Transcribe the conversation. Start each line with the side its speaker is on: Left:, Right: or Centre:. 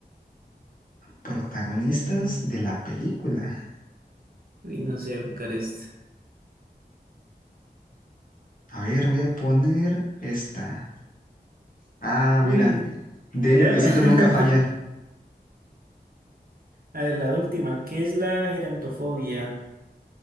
Left: Protagonistas
Right: Eh,
Left: de la película.
Right: Uy, no sé colocar esto.
Left: A ver, voy a poner esta. Ah,
Right: Uy,
Left: mira. D
Right: yo.
Left: de Diosito
Right: <laughs>
Left: nunca falla.
Right: A ver, la última. ¿Qué es la gerontofobia?